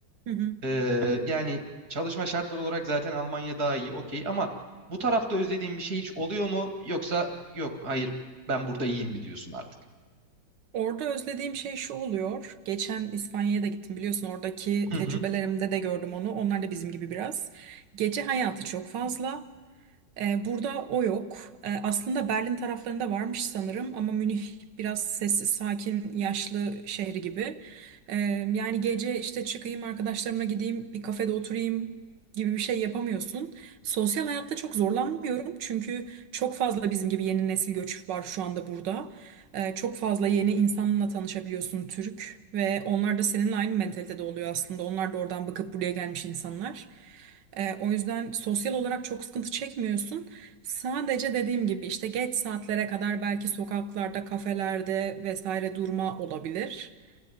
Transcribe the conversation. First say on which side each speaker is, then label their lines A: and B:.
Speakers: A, on the right; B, on the right.
A: Hı hı.
B: e, yani çalışma şartları olarak zaten Almanya daha iyi okey ama bu tarafta özlediğin bir şey hiç oluyor mu yoksa yok hayır ben burada iyiyim mi diyorsun artık?
A: Orada özlediğim şey şu oluyor. Geçen İspanya'ya da gittim biliyorsun oradaki
B: Hı hı.
A: tecrübelerimde de gördüm onu. Onlar da bizim gibi biraz. Gece hayatı çok fazla. Ee, burada o yok. Ee, aslında Berlin taraflarında varmış sanırım ama Münih biraz sessiz, sakin, yaşlı şehri gibi. Ee, yani gece işte çıkayım arkadaşlarımla gideyim bir kafede oturayım gibi bir şey yapamıyorsun. Sosyal hayatta çok zorlanmıyorum çünkü çok fazla bizim gibi yeni nesil göç var şu anda burada. Ee, çok fazla yeni insanla tanışabiliyorsun Türk ve onlar da seninle aynı mentalitede oluyor aslında. Onlar da oradan bakıp buraya gelmiş insanlar. Ee, o yüzden sosyal olarak çok sıkıntı çekmiyorsun. Sadece dediğim gibi işte geç saatlere kadar belki sokaklarda, kafelerde vesaire durma olabilir.